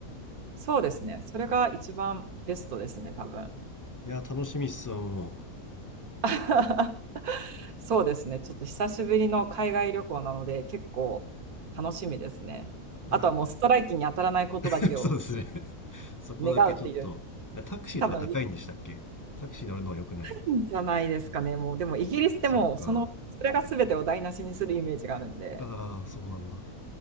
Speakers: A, on the right; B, on the left.
A: そうですね。それが一番ベストですね、多分。
B: いや、楽しみっすわ、も
A: <laughs> そうですね。ちょっと久しぶりの海外旅行なので、結構楽しみですね。
B: う。
A: あとはもうストライキに当たらないことだけを
B: いや、<laughs> そうですね。<laughs> そこだけちょっと。
A: 願うっていう、
B: タクシーとか高いんでしたっけタクシー乗るのは良くない。
A: 多分いいんじゃないですかね。もう、でもイギリスってもう、
B: そうか。
A: その、それが全てを台無しにするイメージがあるんで、
B: ああ、そうなんだ。